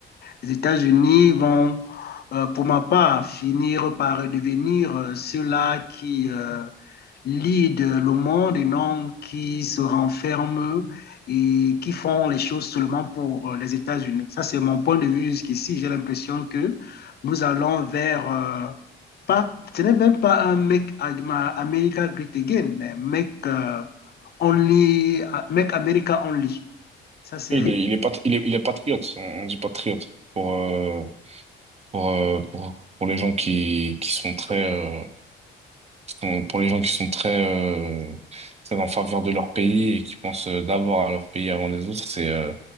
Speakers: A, on the left; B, on the right.
A: les États-Unis vont, euh, pour ma part, finir par devenir euh, ceux-là qui... euh, lead le monde et non qui se renferment et qui font les choses seulement pour euh, les États-Unis. Ça, c'est mon point de vue jusqu'ici. J'ai l'impression que nous allons vers, euh, pas, ce n'est même pas un Make America Great Again, mais Make, euh, only, Make America Only. Ça, c'est,
B: Il est, il est, pat- il est, il est patriote, on on dit patriote pour, euh, pour, euh, pour, pour les gens qui, qui sont très, euh, qui sont- pour les gens qui sont très, euh, très en faveur de leur pays et qui pensent euh, d'abord à leur pays avant les autres, c'est euh,